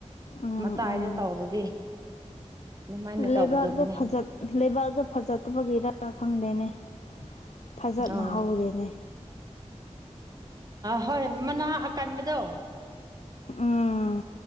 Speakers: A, on the left (about 65°); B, on the right (about 30°).
A: ꯎꯝ
B: ꯃꯇꯥꯏꯗ
A: ꯎꯝ
B: ꯇꯧꯔꯗꯤ ꯑꯗꯨꯃꯥꯏꯅ
A: ꯂꯩꯕꯥꯛꯇꯣ
B: ꯇꯧꯒꯗꯕꯅꯤ
A: ꯐꯖ ꯂꯩꯕꯥꯛꯇꯣ ꯐꯖꯠꯇꯕꯒꯤꯔ ꯈꯪꯗꯦꯅꯦ ꯐꯖꯅ
B: ꯑꯧ
A: ꯍꯧꯗꯦꯅꯦ
B: ꯍꯣꯏ ꯃꯅꯥ ꯑꯀꯟꯕꯗꯣ
A: ꯎꯝ